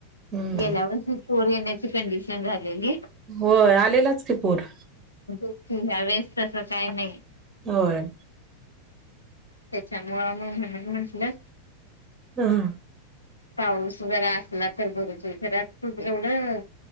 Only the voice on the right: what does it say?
हम्म
होय आलेलाच की पूर
होय,
हा,